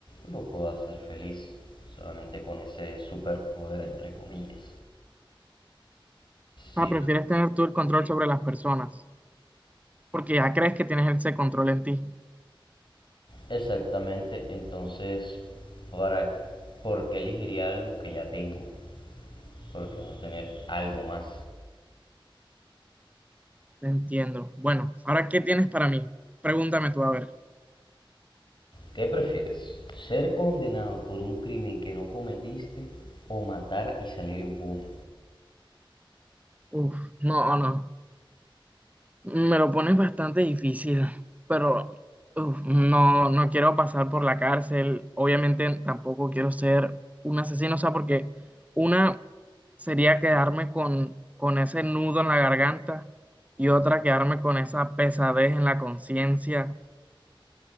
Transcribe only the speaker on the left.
lo puedo hacer feliz solamente con ese superpoder entre comillas.
Si
Exactamente, entonces, ¿para por qué elegiría algo que ya tengo? por qué no tener algo más.
¿Qué prefieres? Ser condenado por un crimen que no cometiste o matar y salir impune.